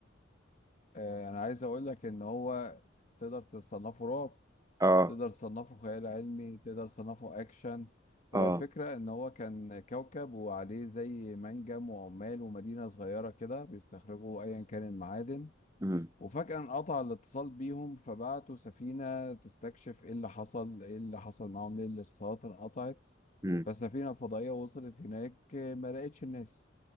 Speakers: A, on the left; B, on the right.
A: آه، انا عايز اقول لك ان هو تقدر تصنفه رعب
B: اه
A: تقدر تصنفه خيال علمي تقدر تصنفه اكشن
B: اه
A: هو الفكرة ان هو كان كوكب وعليه زي منجم وعمال ومدينة صغيرة كده بيستخرجوا ايا كان المعادن
B: امم
A: وفجأة انقطع الاتصال بيهم فبعتوا سفينة تستكشف ايه اللي حصل ايه اللي حصل معاهم ليه الاتصالات انقطعت
B: امم
A: فالسفينة الفضائية وصلت هناك آه، ما لقتش الناس